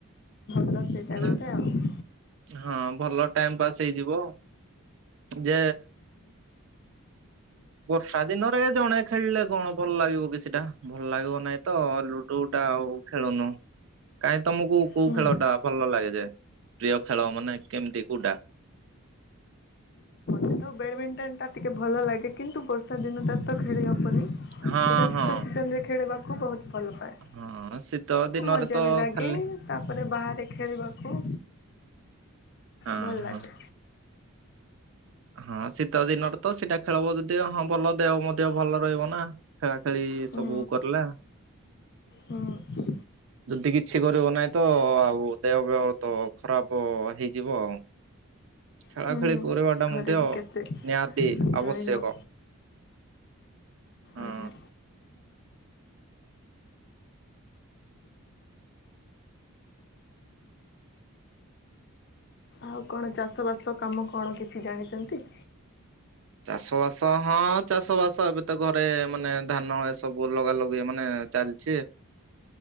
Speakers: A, on the left (about 50°); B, on the right (about 60°).
A: ଭଲ ସେଇଟା
B: ମାନେ
A: ଗୋଟେ ଆଉ।
B: ହଁ ଭଲ ଟାଇମ ପାସ୍ ହେଇଯିବ। ଯେ ବର୍ଷା ଦିନରେ ଜଣେ ଖେଳିଲେ କଣ ଭଲ ଲାଗିବ କିଛିଟା ଭଲ ଲାଗିବ ନାଇଁ। ତ ଲୁଡୁ ଟା ଆଉ ଖେଳୁନୁ। କାଇହିଁ ତମକୁ କୋଉ
A: ହୁଁ
B: ଖେଳ ଟା ଭଲ ଲାଗେ ଯେ ପ୍ରିୟ ଖେଳ ମାନେ କେମିତି କୋଉଟା।
A: ଆ ବ୍ୟାଡମିଣ୍ଟନ ଟା ଟିକେ ଭଲ ଲାଗେ କିନ୍ତୁ ବର୍ଷା ଦିନଟା ତ ଖେଳି ହବନି। ସେଇଟା
B: ହଁ
A: ଶୀତ
B: ହଁ
A: ସିଜନରେ ଖେଳିବାକୁ ବହୁତ ଭଲ ପାଏ।
B: ହଁ ଶୀତ ଦିନରେ
A: ମଜା
B: ତ
A: ବି ଲାଗେ
B: ଖାଲି
A: ତାପରେ ବାହାରେ ଖେଳିବାକୁ
B: ହଁ
A: ଭଲ
B: ହଁ।
A: ଲାଗେ
B: ହଁ ଶୀତ ଦିନରେ ତ ସେଇଟା ଖେଳ ହବ ଯଦି ହଁ ଭଲ ଦେହ ମଧ୍ୟ ଭଲ ରହିବ ନା। ଖେଳା ଖେଳି ଏସବୁ
A: ହୁଁ
B: କରିଲା।
A: ହୁଁ।
B: ଯଦି କିଛି କରିବ ନାହିଁ ତ ଆଉ ଦେହ ପେହ ତ ଖରାପ ହେଇଯିବ ଆଉ। ଖେଳା
A: ହଁ
B: ଖେଳି କରିବାଟା
A: ଘରେ
B: ମଧ୍ୟ
A: ବି କେତେ
B: ନିହାତି ଆବଶ୍ୟକ
A: ରହିବ।
B: ହଁ।
A: ଆଜ୍ଞା। ଆଉ କଣ ଚାଷ ବାସ କାମ କଣ କିଛି ଜାଣିଛନ୍ତି?
B: ଚାଷ ବାସ ହଁ ଚାଷ ବାସ ଏବେ ତ ଘରେ ମାନେ ଧାନ ଏସବୁ ଲଗା ଲଗି ମାନେ ଚାଲିଛି।